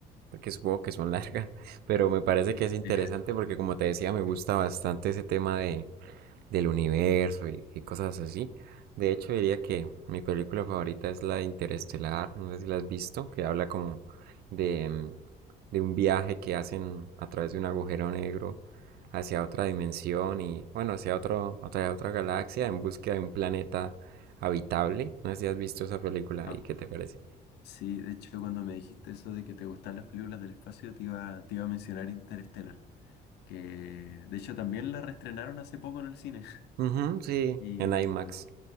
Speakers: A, on the right (about 70°); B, on the left (about 80°).
A: porque supongo que son largas, <laughs> pero me parece que es interesante
B: Sí,
A: porque como te decía, me gusta bastante ese tema de, del universo y, y cosas así. De hecho, diría que mi película favorita es la de Interestelar, no sé si la has visto, que habla como de, de un viaje que hacen a través de un agujero negro hacia otra dimensión y bueno, hacia otro, otra, otra galaxia en búsqueda de un planeta habitable. No sé si has visto esa película
B: ajá.
A: y qué te parece.
B: Sí, de hecho, cuando me dijiste eso de que te gustan las películas del espacio, te iba, te iba a mencionar Interstellar, que de hecho también la reestrenaron hace poco en el cine.
A: Ujú, sí,
B: Y
A: en
B: mm,
A: IMAX.